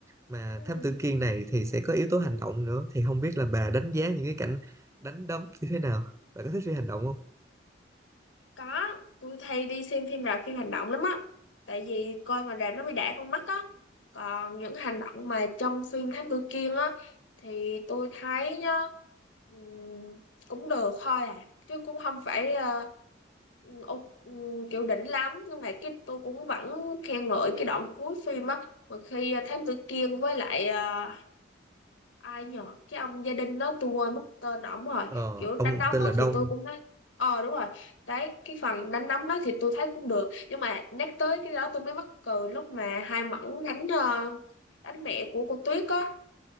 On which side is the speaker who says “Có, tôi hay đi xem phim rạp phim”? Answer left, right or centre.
Left